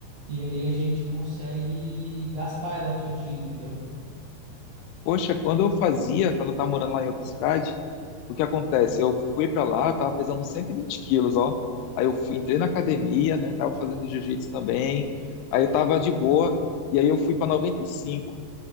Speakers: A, on the right; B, on the left.
A: E aí a gente consegue gastar ela todinha, entendeu?
B: Poxa, quando eu fazia, quando eu tava morando lá em outra cidade, o que acontece? Eu fui pra lá, tava pesando 120 quilos, ó. Aí eu fui, entrei na academia, né? Tava fazendo jiu-jitsu também. Aí eu tava de boa, e aí eu fui pra 95.